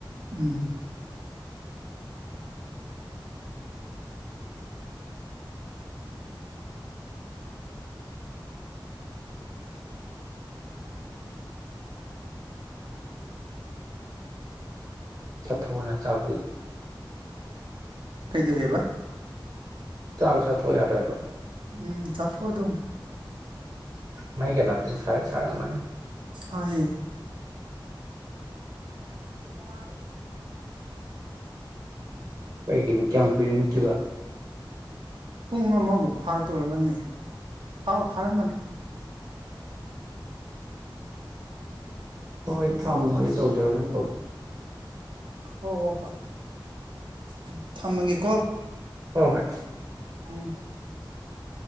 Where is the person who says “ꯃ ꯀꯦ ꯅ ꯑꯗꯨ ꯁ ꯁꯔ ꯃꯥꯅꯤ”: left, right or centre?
Right